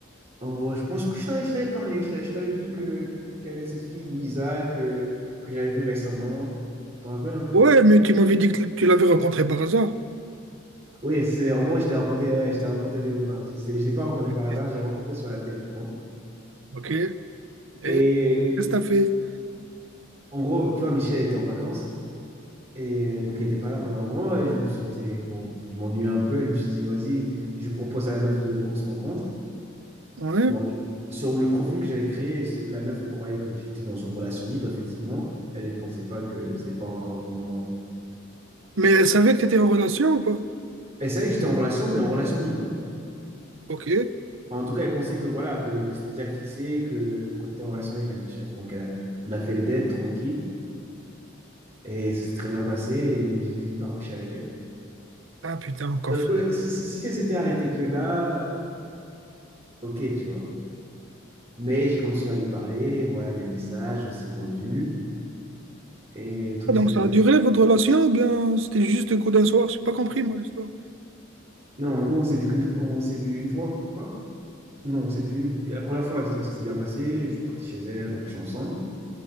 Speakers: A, on the right (about 35°); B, on the right (about 70°).
A: En gros, je pense que je t'avais je t'avais parlé, je t'a- je t'avais dit que qu'il y avait cette fille, Louisa, que, que j'avais vue récemment. T'en rappelles un peu?
B: Ouais, mais tu m'avais dit que tu l'avais rencontré par hasard.
A: Oui, c'est, en gros, je t'ai rencontré, ouais, je t'ai rencontré des homards. Je ne l'ai pas rencontré
B: Ok,
A: par hasard, je l'ai rencontré sur l'appli de rencontre.
B: ok. Et qu'est-ce
A: Et
B: que t'as fait?
A: en gros, tu vois, Michel était en vacances, et donc il n'était pas là pendant un moment, et je me sentais, bon, je m'ennuyais un peu, je me suis dit, vas-y, je propose à la meuf de, qu'on se rencontre.
B: Ouais.
A: Bon, sur le profil que j'avais créé, c'est- la meuf, elle croyait que j'étais dans une relation libre, effectivement. Elle ne pensait pas que c'était pas encore vraiment
B: Mais elle savait que t'étais en relation ou pas?
A: Elle savait que j'étais en relation, mais en relation libre.
B: Ok.
A: Enfin, en tout cas, elle pensait que voilà, que, que c'était déjà fixé, que qu'on était en relation avec Michel. Donc, elle a- on a fait le date tranquille et ça s'est très bien passé et j'ai fini par coucher avec elle.
B: Ah putain, encore.
A: Sauf que si, si, si elle s'était arrêtée que là, ok, tu vois. Mais j'ai continué à lui parler, voilà, des messages, on s'est revus. Et le truc,
B: Ah, Donc
A: c'est que.
B: ça
A: reste-
B: a duré votre relation ou bien c'était juste un coup d'un soir? J'ai pas compris moi l'histoire.
A: Non, en gros, on s'est vu qu'une fois. On s'est vu une fois. Non, on s'est vu la première fois, donc ça s'est bien passé. Je suis parti chez elle, donc je suis ensemble.